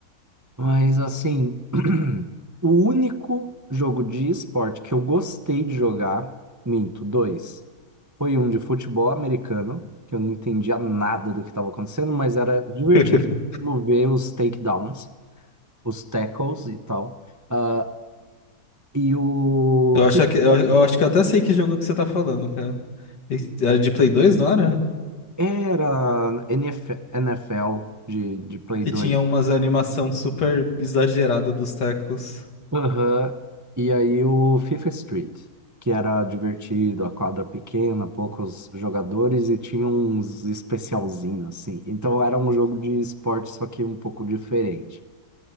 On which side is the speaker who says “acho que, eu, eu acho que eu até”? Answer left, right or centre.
Left